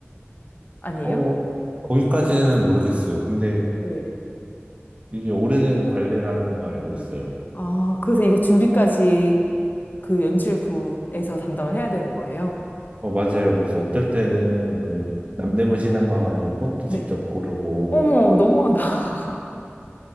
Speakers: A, on the left; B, on the right.
A: 아니에요?
B: 어, 거기까지는 모르겠어요. 근데
A: 네.
B: 이게 오래된 관례라는 것만 알고 있어요.
A: 아, 그래서 이거 준비까지 그 연출부에서 담당을 해야 되는 거예요?
B: 어, 맞아요. 그래서 어떨 때는 그 남대문 시장 가가지고 꽃도
A: 네.
B: 직접 고르고
A: 어머, 너무하다. <laughs>